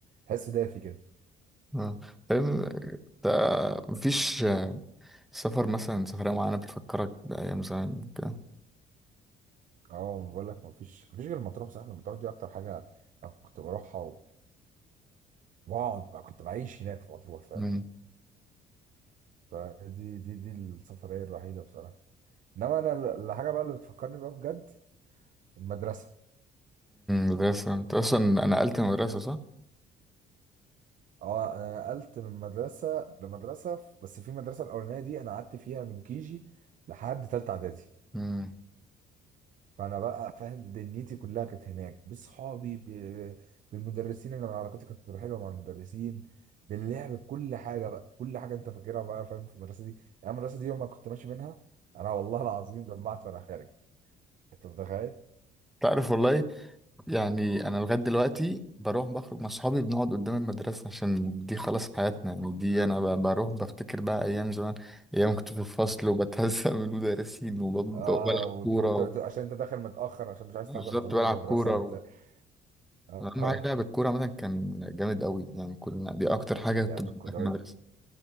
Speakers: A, on the right (about 50°); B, in the centre.
A: تحسه دافي كده
B: اه فاهم انت مفيش آه، سفر مثلا سفرية معينة بتفكرك بأيام زمان كده
A: اه بقول لك ما فيش ما فيش غير المطروح صح المطروح دي اكتر حاجه انا كنت بروحها و- وبقعد بقى كنت بعيش هناك في مطروح فاهم
B: امم
A: فدي دي دي السفرية الوحيدة بصراحة انما انا ال- الحاجة بقى اللي بتفكرني بقى بجد المدرسة
B: مدرسة انت اصلا نقلت مدرسة صح؟
A: اه انا نقلت من مدرسة لمدرسة ف- بس في المدرسة الاولانية دي انا قعدت فيها من كيجي لحد تالتة اعدادي
B: امم
A: فانا بقى فاهم دنيتي كلها كانت هناك بصحابي ب- بالمدرسين انا علاقتي كانت حلوه مع المدرسين باللعب بكل حاجه بقى كل حاجه انت فاكرها بقى فاهم في المدرسه دي يعني المدرسه دي يوم ما كنت ماشي منها انا والله العظيم دمعت وانا خارج انت متخيل
B: تعرف والله يعني انا لغايه دلوقتي بروح بخرج مع صحابي بنقعد قدام المدرسه عشان دي خلاص حياتنا يعني دي انا ب- بروح بفتكر بقى ايام زمان ايام كنت في الفصل وبتهزق <laughs> من المدرسين وب-
A: اه
B: وبلعب
A: وت...
B: كوره
A: وت... وت- عشان انت داخل متاخر عشان مش عايز
B: بالظبط
A: تحضر طابور
B: بلعب
A: المدرسه
B: كوره
A: وبتاع اه
B: اهم
A: آه.
B: حاجه لعب الكوره مثلا كان جامد قوي يعني كنا دي اكتر حاجه
A: لعب
B: كنت بحبها
A: الكو- دوري
B: في المدرسه